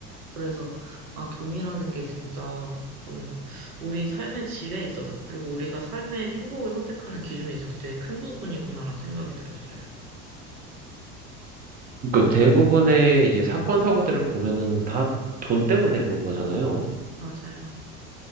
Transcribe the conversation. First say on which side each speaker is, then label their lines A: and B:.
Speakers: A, on the right; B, on the right.
A: 그래서, 아, 돈이라는 게 진짜 좀 우리 삶의 질에 있어서, 그리고 우리가 삶의 행복을 선택하는 기준에 있어서 되게 큰 부분이구나라는 생각이 들었어요.
B: 그러니까
A: 음,
B: 대부분의 이제 사건
A: 네,
B: 사고들을 보면은 다
A: 네,
B: 돈 때문에 그런 거잖아요.
A: 맞아요.